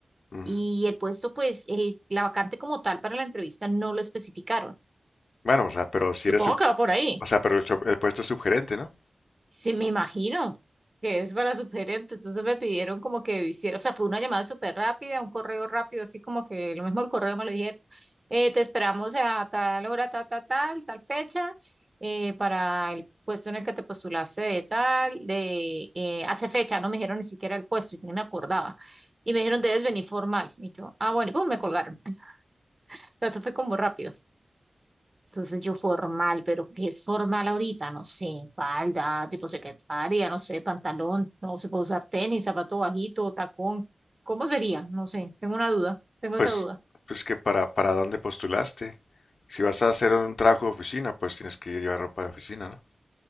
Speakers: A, on the left; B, on the right.
A: Ujú.
B: y el puesto, pues, el, la vacante como tal para la entrevista no lo especificaron.
A: Bueno, o sea, pero si
B: Supongo
A: eres, sub-
B: que va por ahí.
A: o sea, pero el, sub- el puesto es subgerente, ¿no?
B: Sí, me imagino que es para su gerente. Entonces me pidieron como que hiciera, o sea, fue una llamada súper rápida, un correo rápido, así como que lo mismo el correo me lo dijeron. Eh, te esperamos a tal hora, tal, tal, tal, tal fecha, eh, para el puesto en el que te postulaste de tal, de eh, hace fecha, no me dijeron ni siquiera el puesto, yo no me acordaba. Y me dijeron, debes venir formal. Y yo, ah, bueno, y pum, me colgaron. <laughs> Eso fue como rápido. Entonces yo formal, pero ¿qué es formal ahorita? No sé, falda, tipo secretaria, no sé, pantalón, no se puede usar tenis, zapato bajito, tacón. ¿Cómo sería? No sé, tengo una duda, tengo
A: Pues,
B: esa duda.
A: pues que para, para dónde postulaste. Si vas a hacer un trabajo de oficina, pues tienes que llevar ropa de oficina, ¿no?